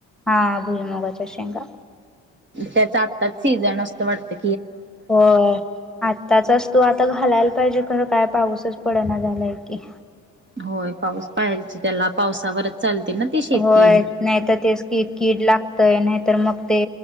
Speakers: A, in the centre; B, on the right.
A: हा भुईमूगाच्या शेंगा.
B: त्याच आत्ताच सीझन असत वाटते.
A: हो आत्ताचच तू आता घालायला पाहिजे खरं काय? पाऊसच पडना झालाय की.
B: होय पाऊस पाहाजे त्याला पावसावरच चालते ना ती शेती.
A: होय नाही तर तेच कि कीड लाग तय नाहीतर मग ते